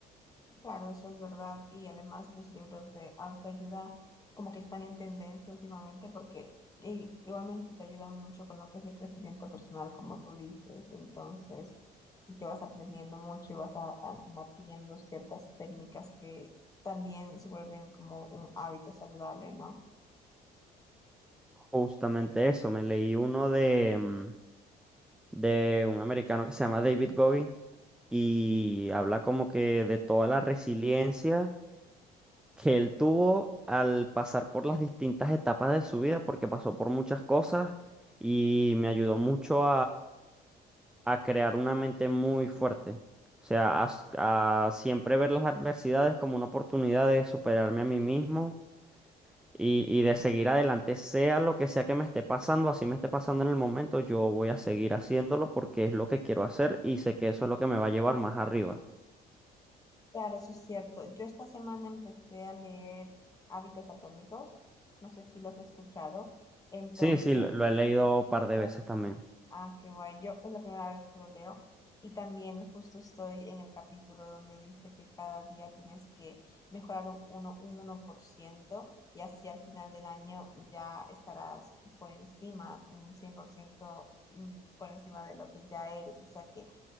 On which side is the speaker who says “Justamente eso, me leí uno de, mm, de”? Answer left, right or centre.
Centre